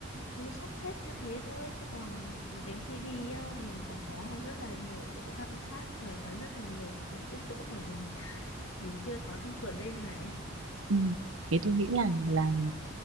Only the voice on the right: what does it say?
ừ. thế tôi nghĩ là là